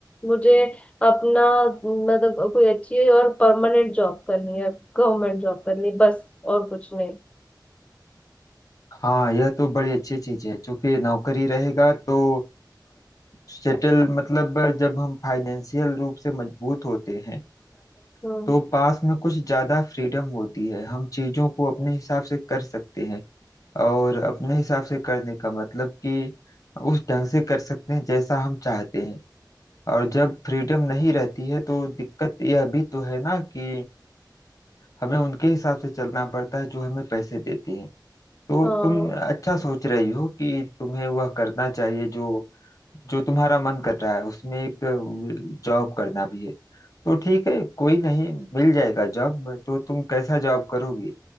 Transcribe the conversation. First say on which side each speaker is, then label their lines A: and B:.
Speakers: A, on the left; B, on the left.
A: मुझे अपना मतलब कोई अच्छी और परमानेंट जॉब करनी है गवर्नमेंट जॉब करनी बस और कुछ नहीं
B: हाँ यह तो बड़ी अच्छी चीज है क्योंकि नौकरी रहेगा तो सेटल मतलब जब हम फाइनेंशियल रूप से मजबूत होते हैं
A: हम्म
B: तो पास में कुछ ज्यादा फ्रीडम होती है हम चीजों को अपने हिसाब से कर सकते हैं और अपने हिसाब से करने का मतलब कि उस ढंग से कर सकते हैं जैसा हम चाहते हैं और जब फ्रीडम नहीं रहती है तो दिक्कत यह भी तो है ना कि हमें उनके हिसाब से चलना पड़ता है जो हमें पैसे देते हैं तो
A: हाँ
B: तुम अच्छा सोच रही हो कि तुम्हें वह करना चाहिए जो जो तुम्हारा मन कर रहा है उसमें एक जॉब करना भी है तो ठीक है कोई नहीं मिल जाएगा जॉब तो तुम कैसा जॉब करोगी